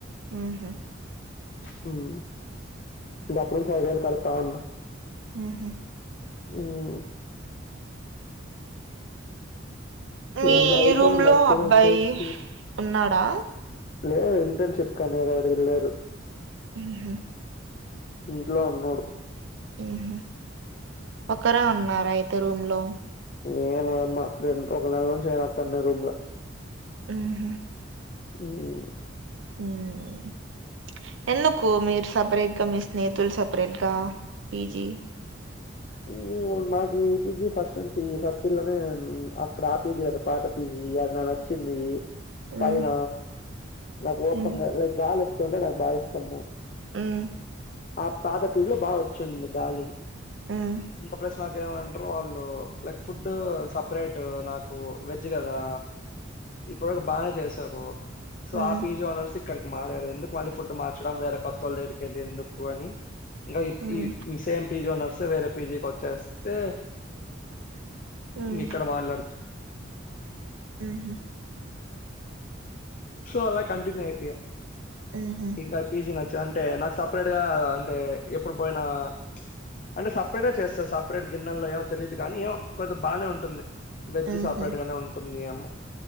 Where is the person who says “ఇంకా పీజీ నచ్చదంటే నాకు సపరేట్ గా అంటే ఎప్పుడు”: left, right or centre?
Left